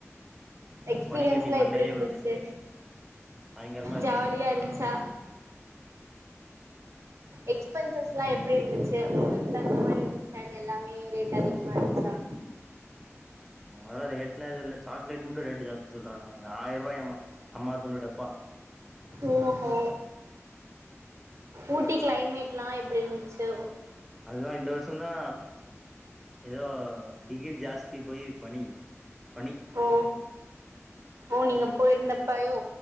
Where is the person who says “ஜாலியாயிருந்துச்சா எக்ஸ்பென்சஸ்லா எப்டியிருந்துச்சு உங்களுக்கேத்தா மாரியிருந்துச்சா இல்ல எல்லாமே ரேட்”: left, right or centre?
Right